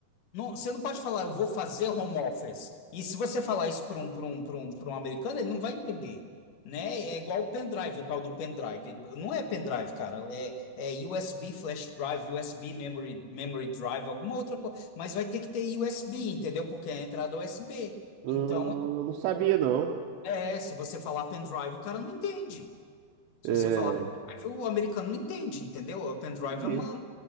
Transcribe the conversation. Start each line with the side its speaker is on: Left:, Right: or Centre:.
Left: Não, você não pode falar, eu vou fazer home office. E se você falar isso para um, para um, para um, para um americano, ele não vai entender, né? É igual o pendrive, o tal do pendrive. Não é pendrive, cara. É, é USB flash drive, USB memory, memory drive, alguma outra coisa. Mas vai ter que ter USB, entendeu? Porque é a entrada USB.
Right: Hum,
Left: Então,
Right: não sabia, não.
Left: é, se você falar pendrive, o cara não entende. Se
Right: É,
Left: você falar pendrive, o americano não entende, entendeu? O pendrive
Right: entendi.
Left: é uma,